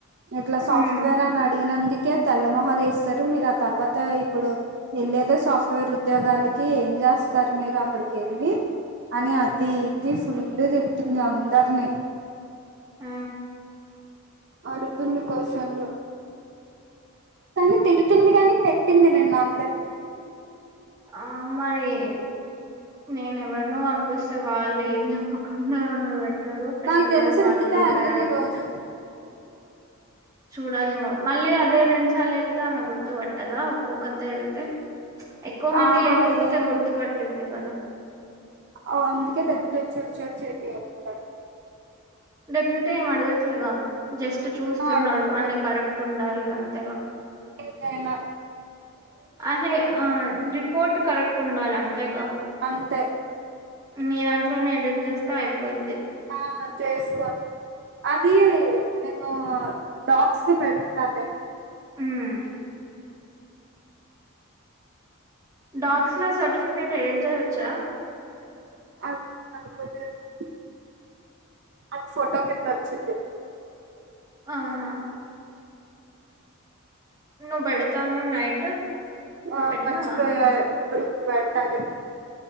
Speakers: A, on the right; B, on the right.
A: ఇట్లా సాఫ్ట్వేర్
B: ఉమ్,
A: అని అడిగినంది కే తెల్ల మొహల్ వేస్తారు మీరు ఆ తర్వాత ఇప్పుడు వెళ్లేదే సాఫ్ట్వేర్ ఉద్యోగాల కి జస్త అర్ మీర్ ర అక్కడికి వెళ్ళి అని అది ఇది ఫుల్ తిట్టింది అందరినీ
B: ఆ
A: ఆడుగుతుంది క్వస్షన్లు కానీ తిడుతుంది గానీ పెట్టింది నిన్న అందరికి
B: ఆ మరి నేను ఎవరినో పంపిస్తే వాళ్ళు ఏం చెప్పకుండా మరి పడి పెట్టదో పెట్టదో
A: నాకు తెలిసి
B: వాళ్ళ
A: రిగిత
B: ఏళ్తారు
A: వెళ్ళదు
B: వాళ్ళు
A: ఈ రోజు
B: చూడాలి ఇంగ మళ్ళీ అదే రెండు సార్లు వెళ్తే ఆమె గుర్తు పట్టదా ఒక్కొక్కతే వెళ్తే ఎక్కువ మంది
A: ఆహా
B: లేకపోతే
A: ఏం
B: గుర్తుపట్టిద్ది
A: ఉం
B: కదా
A: అవ్ అందుకే డెబటి చూడ్ చూడ్ చేపియాలి ఒకసారి
B: డెప్యూటీ ఏమి అడగట్లేగా జస్ట్ చూస్తున్నాడు
A: ఏమో అడగట్లేదు
B: అన్ని కరెక్ట్ ఉండాలి అంతేగా
A: తేనా
B: అహే ఆ రిపోర్ట్ కరెక్ట్ ఉండాలి అంతేగా
A: అంతే
B: మీ దాంట్లోనే ఎడిట్ చేస్తే అయిపోయిది
A: ఆ చేసుకోం అద నేను డాక్స్ ది పెడతాలె
B: హ్మ్ డాక్స్ లో సర్టిఫికేట్ ఎడిట్ చెయ్యచ్చా
A: అదే <unintelligible> అది ఫోటో కింద వచ్చిది
B: అవునా నువ్వు పెడతా అన్నావ్ నైట్
A: ఆ
B: పెట్టినవా
A: మర్చిపోయా ఇప్పుడు ఇప్పుడు పెట్టాలి